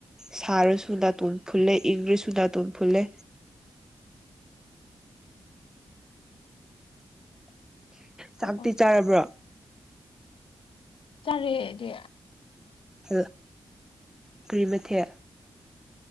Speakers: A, in the centre; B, on the left (about 65°).
A: ꯁꯥꯔꯁꯨ ꯅꯥꯇꯣꯟ ꯐꯨꯜꯂꯦ ꯏꯪꯔꯁꯨ ꯅꯥꯇꯣꯟ ꯐꯨꯜꯂꯦ ꯆꯥꯛꯇꯤ
B: ꯑꯣ ꯑꯣ
A: ꯆꯥꯔꯕ꯭ꯔꯣ
B: ꯆꯔꯦꯗꯤ
A: ꯍꯂꯣ ꯀꯔꯤ ꯃꯊꯦ